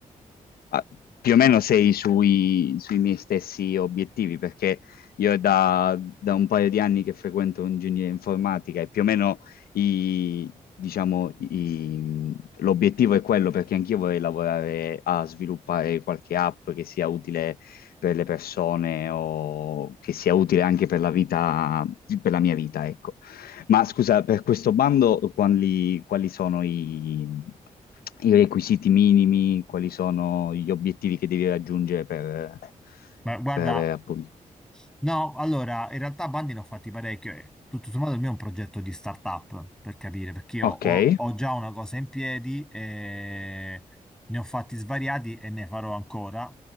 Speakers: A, on the left; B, in the centre.
A: Ah, più o meno sei sui, sui miei stessi obiettivi, perché io è da, da un paio di anni che frequento ingegneria informatica e più o meno i- diciamo, i- l'obiettivo è quello, perché anch'io vorrei lavorare a sviluppare qualche app che sia utile per le persone o che sia utile anche per la vita, per la mia vita, ecco. Ma scusa, per questo bando quali, quali sono i, i requisiti minimi, quali sono gli obiettivi che devi raggiungere per,
B: Ma guarda,
A: per avere appunto...
B: No, allora, in realtà bandi ne ho fatti parecchio e tutto sommato il mio è un progetto di startup, per capire, perché io
A: Ok.
B: ho, ho già una cosa in piedi e ne ho fatti svariati e ne farò ancora,